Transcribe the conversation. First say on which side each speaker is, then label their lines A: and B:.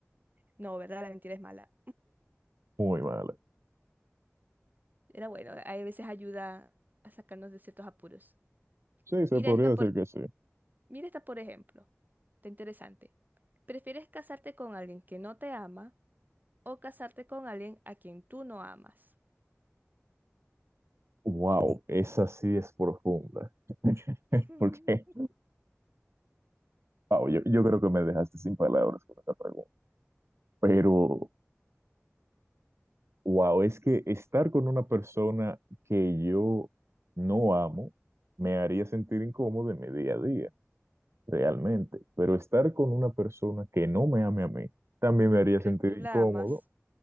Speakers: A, on the right (about 40°); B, on the right (about 65°).
A: No, ¿verdad? La mentira es mala.
B: Muy mal.
A: Era bueno, a veces ayuda a sacarnos de ciertos apuros.
B: Sí,
A: Mira
B: se podría
A: esta
B: decir
A: por,
B: que sí.
A: mira esta por ejemplo. Está interesante. ¿Prefieres casarte con alguien que no te ama o casarte con alguien a quien tú no amas?
B: Wow, esa sí es profunda. <laughs>
A: <laughs>
B: Porque, wow, yo, yo creo que me dejaste sin palabras con esta pregunta. Pero Wow, es que estar con una persona que yo no amo me haría sentir incómodo en mi día a día, realmente. Pero estar con una persona que no me ame a mí también me haría
A: Pero
B: sentir
A: tú
B: incómodo.
A: la amas.